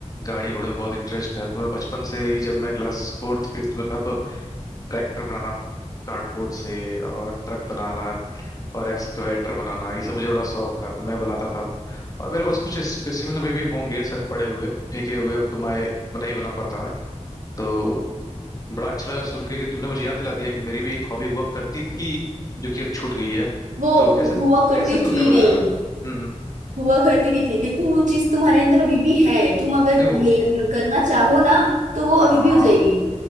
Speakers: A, on the left; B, on the right.
A: गाड़ी घोड़े में बहुत इंटरेस्ट है तो मैं बचपन से ही जब मैं क्लास फोर्थ फिफ्थ में था तो ट्रैक्टर बनाना कार्डबोर्ड से और ट्रक बनाना और एक्सकवेटर बनाना ये सब मुझे बड़ा शौक था तो मैं बनाता था और मेरे पास कुछ स्पेसिमेन अभी भी होंगे शायद पड़े हुए फेंके हुए अब तो मैं नहीं बना पाता मैं तो बड़ा अच्छा लगा सुन के कि तुमने मुझे याद दिला दिया कि मेरी भी एक हॉबी हुआ करती थी जो कि अब छूट गई है
B: वो
A: तो कैसे
B: हुआ करती
A: कैसे तुमने
B: थी
A: बनाया
B: नहीं
A: था हम्म हम्म।
B: हुआ करती नहीं थी देखो वो चीज तुम्हारे अंदर अभी भी है तुम अगर
A: नहीं वो
B: ले करना चाहो ना तो वो
A: हाँ
B: अभी भी हो जाएगी